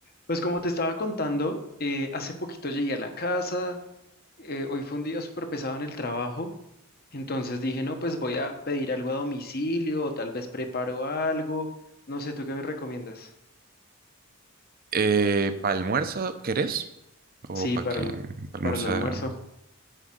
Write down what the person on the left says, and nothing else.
Pues como te estaba contando, eh, hace poquito llegué a la casa, eh, hoy fue un día súper pesado en el trabajo, entonces dije, no, pues voy a pedir algo a domicilio o tal vez preparo algo, no sé, ¿tú qué me recomiendas?
Sí,
para
el,
para
el almuerzo.